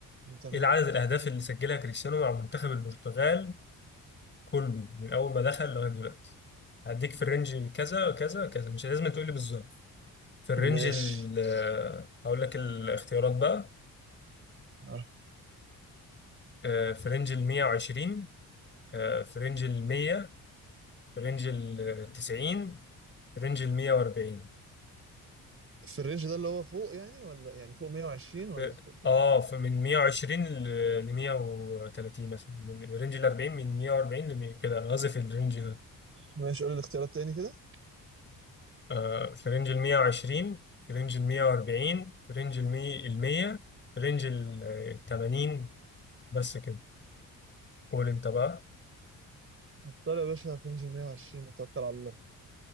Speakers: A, on the right; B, on the left.
A: تمام
B: إيه عدد الأهداف اللي سجلها كريستيانو مع منتخب البرتغال كله من اول ما دخل لغايه دلوقتي هديك في الرينج كذا كذا كذا مش لازم تقول لي بالظبط في الرينج
A: ماشي
B: ال آه، هقول لك الاختيارات بقى
A: آه.
B: آه، في رينج ال 120 آه، في رينج ال 100 في رينج ال 90 في رينج ال 140
A: في الرينج ده اللي هو فوق يعني ولا يعني فوق 120 ولا
B: في
A: فوق كده
B: اه في من 120 ل 130 مثلا من رينج ال 40 من 140 ل 100 كده أنا قصدي في الرينج ده
A: ماشي قول لي الاختيارات تاني كده
B: آه، في رينج ال 120 في رينج ال 140 في رينج ال 100 ال 100 في رينج ال 80 بس كده قول انت بقى
A: اختار يا باشا في رينج 120 وتوكل على الله